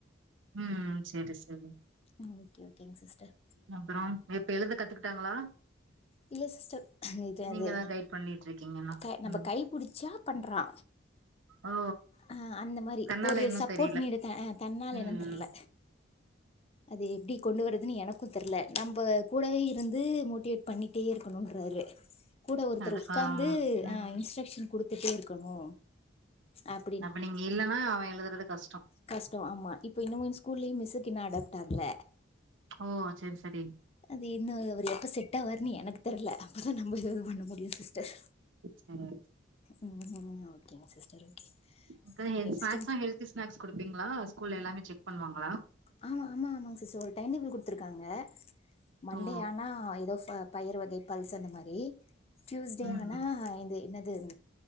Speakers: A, on the right; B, on the left.
A: ம் சரி சரி
B: ம் ஓகே ஓகேங்க சிஸ்டர்
A: அப்பற இப்ப எழுத கத்துக்கிட்டாங்களா
B: இல்ல சிஸ்டர் இது அது
A: நீங்க தா கைட் பண்ணிட்டு இருக்கீங்க இன்னு
B: அ நம்ம
A: ம்
B: கை புடிச்சா பண்றா
A: ஓ
B: அ அந்த மாரி
A: தன்னால
B: ஒரு
A: இன்னு
B: சப்போர்ட்
A: தெரியல
B: நீட் தன்னால
A: ம்
B: என்னன் தெர்ல அது எப்டி கொண்டு வரறதுன்னு எனக்கு தெர்ல நம்ப கூடவே இருந்து மோட்டிவேட் பண்ணிட்டே இருக்கணுன்றாரு கூட ஒருத்தர்
A: அதுக்கா
B: உக்காந்து அ
A: ம்
B: இன்ஸ்ட்ரக்க்ஷன் குடுத்துட்டே இருக்கணு அப்
A: அப்ப நீங்க இல்லனா அவன் எழுதறது கஷ்ட
B: கஸ்ட ஆமா இப்ப இன்னு ஸ்கூல்லயு மிஸ்ஸுக்கின்னு அடாப்ட் ஆகல
A: ஓ சரி சரி
B: அது இன்னு அவர் எப்ப செட் ஆவார்ன்னு எனக்கு தெரியல அப்பதா நம்ம எதாவது பண்ண முடியு சிஸ்டர்
A: செரி
B: உம் உம் ஓகேங்க சிஸ்டர் ஓகே
A: செரி
B: கெஸ்டு
A: ஸ்நாக்ஸ்லா ஹெல்தி ஸ்நாக்ஸ் குடுப்பீங்களா ஸ்கூல்ல எல்லாமே செக் பண்ணுவாங்களா
B: ஆமா ஆமா ஆமாங்க சிஸ்டர் ஒரு டைம் டேபிள் குடுத்துருக்காங்க மண்டே
A: ஓ
B: ஆனா ஏதோ பயிரு வகை பல்ஸ் அந்த மாரி டியூஸ்டே
A: ம்
B: ஆனா இது என்னது